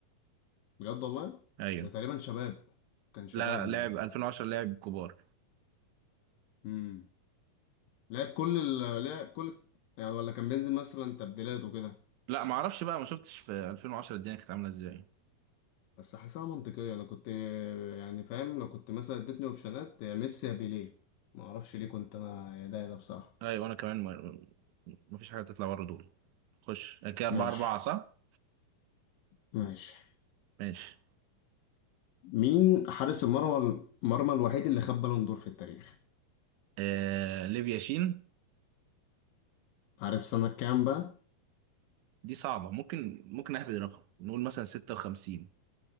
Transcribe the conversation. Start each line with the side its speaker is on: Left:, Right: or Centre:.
Left: بجد والله
Right: أيوه
Left: ده تقريبا شباب كان شباب
Right: لا
Left: ما
Right: لا، لعب 2010 لعب كبار
Left: امم لعب كل ال... لعب كل يعني ولا كان بينزل مثلا تبديلات وكده
Right: لا ما اعرفش بقى ما شفتش في 2010 الدنيا كانت عاملة ازاي
Left: بس حاسسها منطقية أنا كنت يعني فاهم لو كنت مثلا اديتني أوبشنات يا ميسي يا بيليه ما أعرفش ليه كنت أنا يا ده يا ده بصراحة
Right: ايوه انا كمان ما- مفيش حاجه تطلع بره دول خش كده اربعه
Left: ماشي
Right: اربعه صح
Left: ماشي
Right: ماشي
Left: مين حارس المرمى المرمى الوحيد اللي خد بالون دور في التاريخ
Right: آه... ليفيا شين
Left: عارف سنة كام بقى
Right: دي صعبه ممكن ممكن اهبد رقم نقول مثلا 56